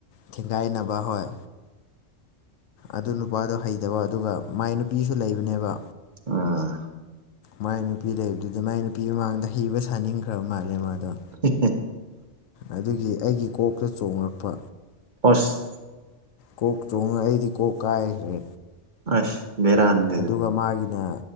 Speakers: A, on the left; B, on the right.
A: ꯊꯤꯡꯒꯥꯏꯅꯕ ꯍꯣꯏ ꯑꯗꯨ ꯅꯨꯄꯥꯗꯣ ꯍꯩꯇꯕ ꯑꯗꯨꯒ ꯃꯥꯏ ꯅꯨꯄꯤꯁꯨ ꯂꯩꯕꯅꯦꯕ
B: ꯑ
A: ꯃꯥꯏ ꯅꯨꯄꯤ ꯂꯩꯕꯗꯨꯗ ꯃꯥꯏ ꯅꯨꯄꯤ ꯃꯃꯥꯡꯗ ꯍꯩꯕ ꯁꯥꯅꯤꯡꯈ꯭ꯔꯕ ꯃꯥꯜꯂꯦ ꯃꯥꯗꯣ
B: ꯎꯝ ꯎꯝ
A: ꯑꯗꯨꯒꯤ ꯑꯩꯒꯤ ꯀꯣꯛꯇ ꯆꯣꯡꯂꯛꯄ
B: ꯑꯁ
A: ꯀꯣꯛ ꯆꯣꯡꯉ ꯑꯩꯗꯤ ꯀꯣꯛ ꯀꯥꯏꯈ꯭ꯔꯦ
B: ꯑꯁ ꯕꯦꯔꯥꯅꯤ
A: ꯑꯗꯨꯒ ꯃꯥꯒꯤꯅ